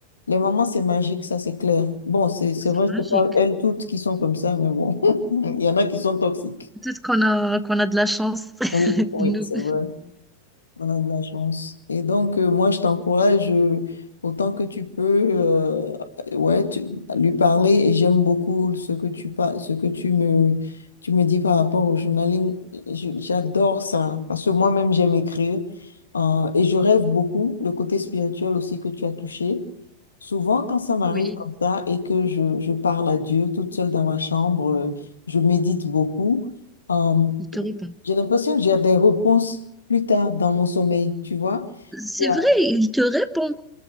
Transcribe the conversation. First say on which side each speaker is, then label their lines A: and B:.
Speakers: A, on the left; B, in the centre.
A: Les mamans, c'est magique, ça, c'est clair. Bon, c'est c'est
B: c'est
A: vrai que
B: magique.
A: c'est pas elles toutes qui sont comme ça, mais bon, <laughs> il y en a qui sont toxiques.
B: Peut-être qu'on a qu'on a de la chance, <laughs>
A: Oui, oui,
B: nous.
A: c'est vrai. On a de la chance. Et donc, euh, moi, je t'encourage euh, autant que tu peux, euh, ouais, tu- lui parler. Et j'aime beaucoup ce que tu, par- ce que tu me, tu me dis par rapport au journaling. J- J'adore ça parce que moi-même, j'aime écrire. Euh, et je rêve beaucoup, le côté spirituel aussi que tu as touché. Souvent, quand ça m'arrive
B: Oui,
A: comme ça et que je, je parle à Dieu toute seule dans ma chambre, euh, je médite beaucoup. Euh,
B: il te répond.
A: j'ai l'impression que j'ai des réponses plus tard dans mon sommeil, tu vois.
B: C'est
A: Et,
B: vrai,
A: euh,
B: il te répond.